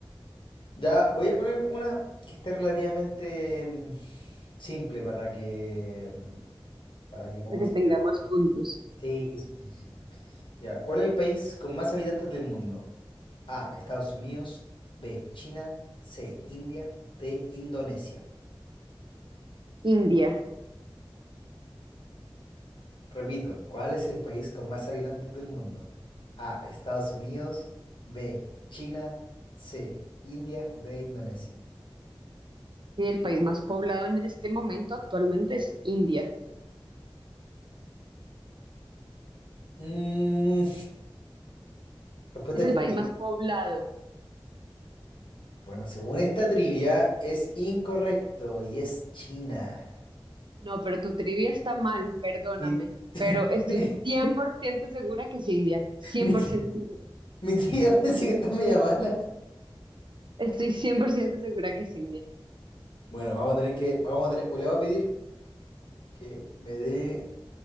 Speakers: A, on the left; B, on the right.
A: Ya voy a poner una que esté relativamente mm, simple para que, mm, para que, ¿cómo
B: Para que
A: se
B: tengamos
A: llama?
B: puntos.
A: Sí, sí, sí, sí. sí. Ya, ¿cuál es el país con más habitantes del mundo? A, Estados Unidos, B, China, C, India, D, Indonesia.
B: India.
A: Repito, ¿cuál es el país con más habitantes del mundo? A, Estados Unidos, B, China, C, India, D, Indonesia.
B: Y el país más poblado en este momento actualmente es India.
A: Mm, respuesta
B: Es el país más poblado.
A: Bueno, según esta trivia, es incorrecto y es China.
B: No, pero tu trivia está mal, perdóname.
A: Mi,
B: Pero estoy
A: <laughs> mi,
B: 100% segura que es India. 100%
A: mi
B: segura.
A: trivia <laughs> parece que está media mala.
B: Estoy 100% segura que es India.
A: Bueno, vamos a tener que, vamos a tener, pues le voy a pedir que me dé,